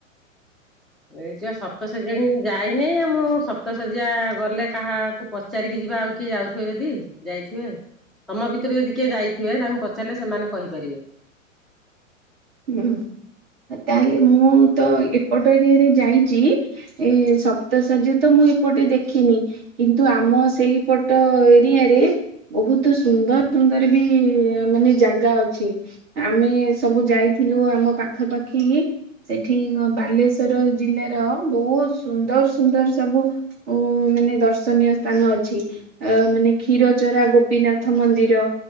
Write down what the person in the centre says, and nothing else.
ଏଇ ଯିଅ ସପ୍ତ <unintelligible> ମୁଁ ଯାଇ ଏ ନାଇ ଆମ ସପତଶଯ୍ୟା ଗଲେ କାହାକୁ ପଚାରିକି ଯିବା ଆଉ କିଏ ଯାଉଥିବେ ଯଦି ଯାଇଥିବେ ତମ ଭିତରୁ ଯଦି କିଏ ଯାଇଥିବେ ତାଙ୍କୁ ପଚାରିଲେ ସେମାନେ କହିପାରିବେ।